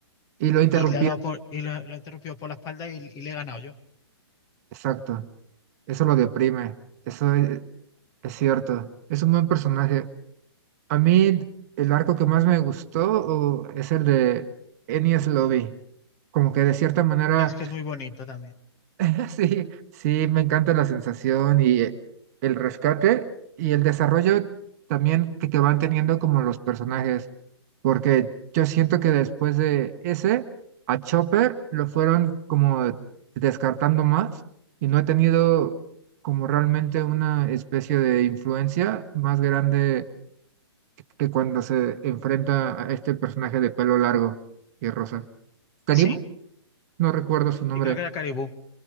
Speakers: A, on the right; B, on the left.
A: y lo interrumpí.
B: y le ha dado por, y lo, lo ha interrumpido por la espalda y, y le he ganado yo.
A: Exacto. Eso lo deprime, eso es, es cierto. Es un buen personaje. A mí el arco que más me gustó uh, es el de Enies Lobby. Como que de cierta manera,
B: Es que es muy bonito también.
A: <laughs> sí, sí, me encanta la sensación y eh, el rescate y el desarrollo también que, que van teniendo como los personajes porque yo siento que después de ese, a Chopper lo fueron como descartando más y no ha tenido como realmente una especie de influencia más grande que cuando se enfrenta a este personaje de pelo largo y rosa. Karim,
B: Sí,
A: no recuerdo su nombre,
B: y creo que era Caribú.